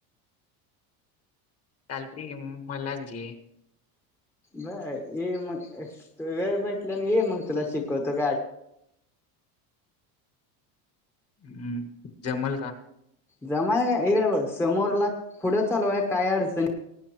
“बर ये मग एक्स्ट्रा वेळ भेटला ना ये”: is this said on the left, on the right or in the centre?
Centre